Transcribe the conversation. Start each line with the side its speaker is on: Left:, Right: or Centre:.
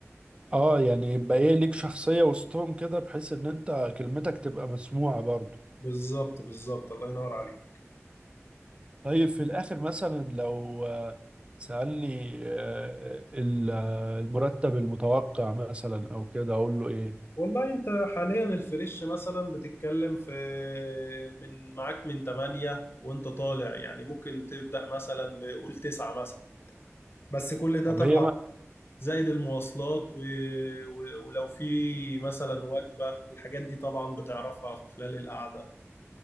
Right: اه يعني يبقى ايه ليك شخصية وسطهم كده بحيث ان انت كلمتك تبقى مسموعة برضو
Left: بالظبط بالظبط الله ينور عليك
Right: طيب في الاخر مثلا لو آه، سألني آه، ال- آه، المرتب المتوقع مثلا او كده اقول له ايه
Left: والله انت حاليا الفريش مثلا بتتكلم في من معاك من 8 وانت طالع يعني ممكن تبدأ مثلا بقول 9 مثلا بس كل ده
Right: طب
Left: تبع
Right: هي ما
Left: زائد المواصلات و... و... ولو في مثلا وجبة الحاجات دي طبعا بتعرفها في خلال القعدة